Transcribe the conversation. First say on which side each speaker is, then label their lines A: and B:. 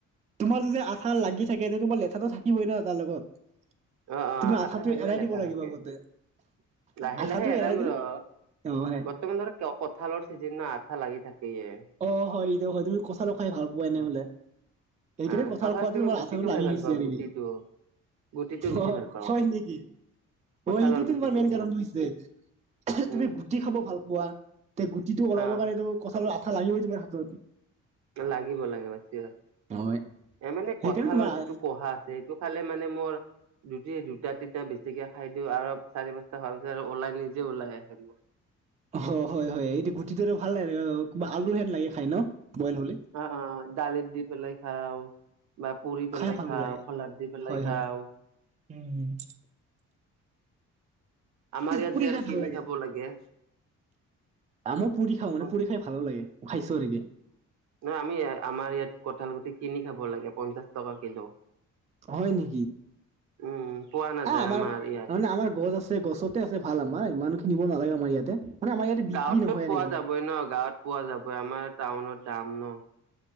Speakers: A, on the right; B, on the right.
A: তোমাৰ যদি আঠা লাগি থাকে তেতিয়া তোমাৰ লেঠাটো থাকিবই ন তাৰ লগত।
B: অ অ
A: তুমি আঠাটো
B: আঠা থাকিলে
A: এৰাই
B: লেঠা
A: দিব লাগিব
B: থাকে,
A: আগতে
B: লাহে
A: আঠাটো
B: লাহে এৰাম
A: এৰাই দিলো
B: ৰ
A: অ হয়
B: বৰ্তমান ধৰা কঁঠালৰ চিজন আঠা লাগি থাকেইয়ে।
A: অ হয় দে হয় তুমি কঠাল খাই ভাল পোৱা
B: উম
A: নহলে সেইকাৰণে
B: আহ
A: কঠাল
B: কঁঠালতকে
A: খুৱাটো তোমাৰ
B: মই গুটিটো
A: আঠাটো লাগি
B: খাই ভাল
A: গৈছে
B: পাওঁ
A: নেকি?
B: গুটিটো গুটিটো বেছি
A: অ
B: ভাল পাওঁ
A: হয় নেকি
B: কঁঠালৰ
A: অ সেইটো
B: গুটিটো
A: তোমাৰ মেইন কাৰণটো হৈছে।
B: উম
A: তুমি গুটি খাব ভাল পোৱা তে গুটিটো ওলাবৰ
B: অ
A: কাৰণে তোমাৰ আঠা লাগিবই তোমাৰ হাতত।
B: লাগিব লাগিব এ
A: হয়
B: মানে
A: সেইকাৰণে
B: কঠালৰ
A: তোমাৰ
B: যিটো কঢ়া সেইটো খালে মানে মোৰ জুট তিতা তিতা বেছিকে খাই দিওঁ আৰু চাৰি পাঁচটা খোৱাৰ পিছত আৰু ওলাই নিজে ওলাই আহে মোৰ।
A: অ হয় হয় এইটো গুটিটো ভাল ন। আলু হেন লাগে খাই না বইল হ'লে।
B: অ অ দালিত দি পেলাই খাওঁ বা পুৰি পেলাই
A: খাই ভালো
B: খাওঁ,
A: লাগে
B: খোলাত দি পেলাই
A: হয়
B: খাওঁ।
A: হয় উম
B: আমাৰ ইয়াত
A: পুৰি
B: যে
A: খাই
B: আৰু
A: ভাল
B: কিনি খাব লাগে।
A: মই পুৰি খাওঁ মানে
B: অ
A: পুৰি খাই ভাল লাগে খাইছো আৰু দে।
B: নহয় আমি আমাৰ ইয়াত কঁঠাল গুটি কিনি খাব লাগে পঞ্চাশ টকা কিলো।
A: হয় নেকি,
B: উম পোৱা নাযায়
A: এ আমাৰ
B: ইয়াত
A: মানে আমাৰ গছ আছে। আছে গছতে আছে ভাল আমাৰ ইমান খিনিব নালাগে আমাৰ ইয়াতে। মানে আমাৰ ইয়াতে বিক্ৰী
B: গাঁৱটো
A: নহয় আৰু
B: পোৱা
A: কি
B: যাবই ন গাঁৱত পোৱা যাবই আমাৰ টাউনত দাম ন।